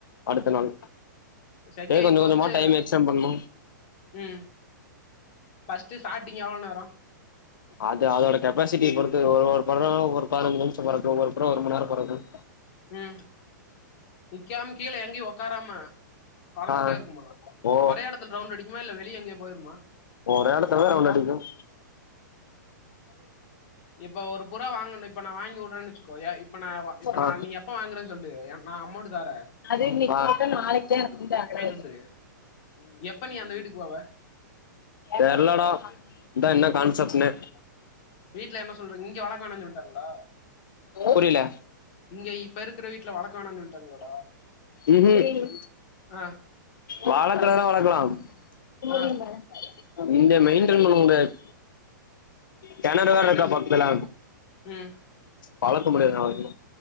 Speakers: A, on the left (about 85°); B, on the left (about 30°).
A: அடுத்த நாள்
B: சக்கே
A: ஏ கொஞ்ச
B: இப்ப
A: கொஞ்சமா
B: வந்து
A: டைம் எக்ஸ்டெண்ட் பண்ணு
B: ம் பஸ்ட்டு ஸ்டாட்டிங் எவ்ள நேரம்
A: அது அதோட கெப்பாசிட்டி பொறுத்து ஒரு ஒரு பறம் ஒரு பதிஞ்சு நிஷம் பறக்கும் ஒரு புறா ஒரு மண் நேரம் பறக்கும்
B: ம் நிக்காம கீழ எங்கயு ஒக்காராம பறந்துகிட்டே
A: ஆ
B: இருக்குமா
A: ஓ
B: ஒரே இடத்துல ரவுண்ட் அடிக்குமா இல்ல வெளியே எங்கயே போயிருமா
A: <unintelligible> ஒன்னு அடிக்கும்
B: இப்ப ஒரு புறா வாங்கணும் இப்ப நான் வாங்கி விட்றேு வச்சுக்கோயா இப்ப நா இப்ப
A: ஆ
B: நா நீ எப்ப வாங்கற சொல்லு நா அம்மௌன்ட்டு தாரேன்
A: அது இன்னைக் குத்தா நாளைக்கு தான் இருக்கும் வந்து ஆட
B: வந்துரு எப்ப நீ அந்த வீட்டுக்கு போவ
A: தெரிலடா இந்த இன்னா கான்செப்ட்ஸ்சனு
B: வீட்ல என்ன சொல்ற இங்க வளக்க வேணான்னு சொல்ட்டாங்களா
A: புரியல
B: இங்க இப்ப இருக்கிற வீட்ல வளக்க வேணான்னு சொல்ட்டாங்களாடா
A: ம் ம்
B: ஆ
A: வளக்குனா வளக்கலாம் ‌
B: ஆ
A: இந்த மெய்டன் பண்ண முடியாது கெணறு வேற
B: மெயின்டன்ஸ்
A: இருக்கா பக்கத்துல
B: ம்
A: வளக்க முடியது